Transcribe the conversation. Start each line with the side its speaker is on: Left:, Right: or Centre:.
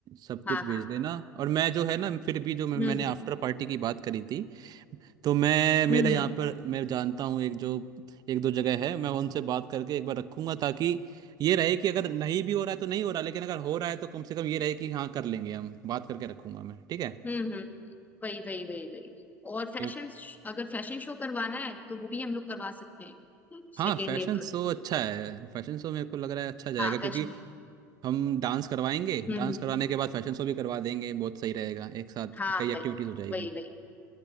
Right: सब कुछ
Left: हाँ
Right: भेज
Left: हाँ
Right: देना और मैं जो है ना फिर भी जो मैं,
Left: हम्म
Right: मैंने आफ्टर पार्टी की बात करी थी तो मैं मेरा
Left: हम्म
Right: यहाँ
Left: हम्म
Right: पर मैं जानता हूँ एक जो एक दो जगह है मैं उनसे बात करके एक बार रखूंगा ताकि ये रहे कि अगर नहीं भी हो रहा है तो नहीं हो रहा लेकिन अगर हो रहा है तो कम से कम ये रहे कि हाँ कर लेंगे हम बात करके रखूंगा मैं ठीक है
Left: हम्म हम्म, वही वही वही वही और फैशन
Right: क्यों-
Left: अगर फैशन शो करवाना है तो वो भी हम लोग करवा सकते हैं
Right: हाँ
Left: सेकेंड
Right: फैशन
Left: डे पर
Right: शो अच्छा है फैशन शो मेरे को लग रहा है अच्छा जाएगा
Left: हाँ
Right: क्योंकि
Left: फैशन
Right: हम डांस करवाएंगे
Left: हम्म
Right: डांस
Left: हम्म
Right: करवाने के बाद फैशन शो भी करवा देंगे बहुत सही रहेगा एक साथ
Left: हाँ
Right: कई एक्टिविटीज
Left: वही
Right: हो जाएगी
Left: वही वही